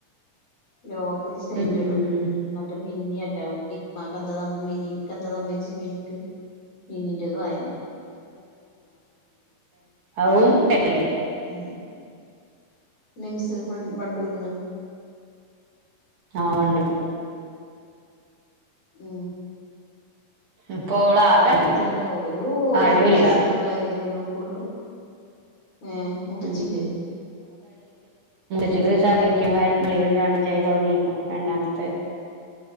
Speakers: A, on the left; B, on the right.
A: ലോക്കല് സെന്റ്
B: ഉം
A: ഇടും എന്നിട്ട് പിന്നെറ്റയും ഇമ്മാക്ക് സംഭവിച്ചേ മിനീക്ക് മീനീന്റെത് ആയോ
B: അവും കെട്ടില്ലേ
A: ആ മിംസ് വണ്ടൂരുന്ന്
B: ആഹ് വണ്ടന
A: ഉ
B: ഇപ്പൊ ഓള് ആകെ
A: അപ്പ തന്നെ ഒരു ഓലക്ക്
B: ആരുല്ല
A: പൈസ ഇടണ കാര്യൽ ഒരുക്കള്ളൂ ആഹ് മുത്തച്ചില്ലേ
B: ഉം കുച്ച സദ്യൊക്ക വയറ്റ മള്ളയിലുണ്ടാണ് ജയ് തുടങ്ങിരിക്കണം രണ്ടാമത്തെ